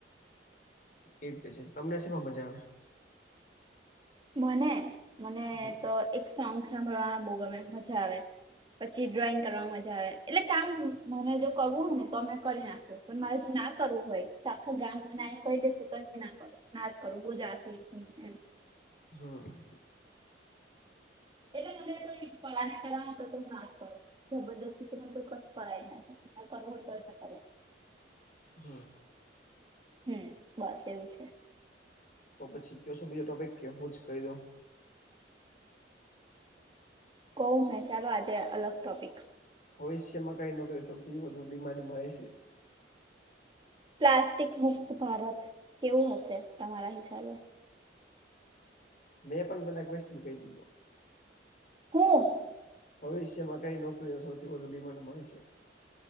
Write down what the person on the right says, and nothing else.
મને મને
તો એક સોંગ સાંભળવા બહુ ગમે મજા આવે પછી ડ્રોઈંગ કરવા મજા આવે એટલે કામ મને જો કરવું હોય ને તો અમે કરી નાખી પણ મારે જો ના કરવું હોય આખા ગામમાં ના એ કઈ દેશે ક ના કર ના કરો બહુજારશોને એમ
એટલે મને કોઈ ફળાની કરાવું તો ત હું ના કર જબરદસ્તી ત કોઈ કસ કરાય ના કર હોય તો ના કરું
હમ્મ બસ એવું છે
કવ મેં ચાલો આજે અલગ ટોપિક.
પ્લાસ્ટિક મુક્ત ભારત, કેવું હશે તમારા હિસાબે?
હું?